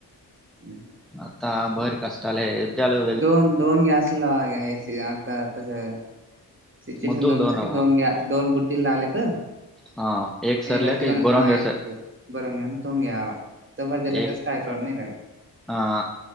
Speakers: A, on the right; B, in the centre.
A: <inaudible> <unintelligible>
B: आता भर काशी तले युद्याल <unintelligible>
A: दोन दोन घ्यासला ग्या एसी आता तस <unintelligible> सिच्युएशन
B: मुद्दल
A: दोनूठी
B: दोन राहा
A: दोन बुड्डील आले का <unintelligible>
B: हा एक सरल्या
A: रधक
B: का एक बोरंग
A: ह
B: सर
A: <unintelligible> बरोंग घेऊन तोंग घवा तर जला
B: एक
A: कस काय प्रॉब्लेम आहे <unintelligible>
B: हा